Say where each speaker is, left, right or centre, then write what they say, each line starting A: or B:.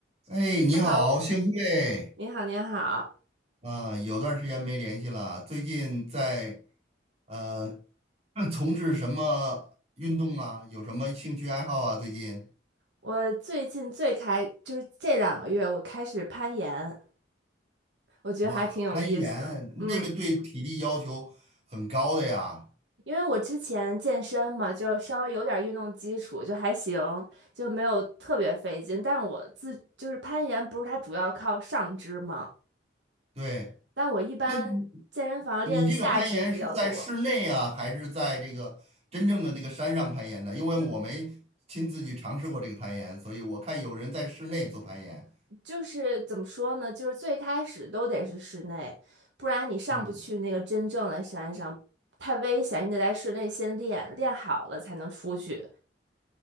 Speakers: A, on the right; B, on the right.
A: 哎，你好，
B: Hello，
A: 幸会
B: 你好，你好。
A: 啊，有段儿时间没联系了。最近在呃那 <clears throat> 从事什么运动啊？有什么兴趣爱好啊？最近
B: 我最近最开，就是这两个月，我开始攀岩，我觉得还挺有意思的。
A: 哇，攀岩，
B: 嗯，
A: 那个对体力要求很高的呀。
B: 因为我之前健身嘛，就稍微有点运动基础，就还行，就没有特别费劲。但我自就是攀岩，不是它主要靠上肢嘛，
A: 对，
B: 但我一般健身房练下肢比较多。
A: 那你这个攀岩是在室内啊，还是在这个真正的那个山上攀岩的？因为我没亲自去尝试过这个攀岩，
B: 嗯。
A: 所以我看有人在室内做攀岩。
B: 就是怎么说呢？就是最开始都得是室内，不然你上不去那个真正的山上，
A: 嗯。
B: 太危险。你得在室内先练，练好了才能出去，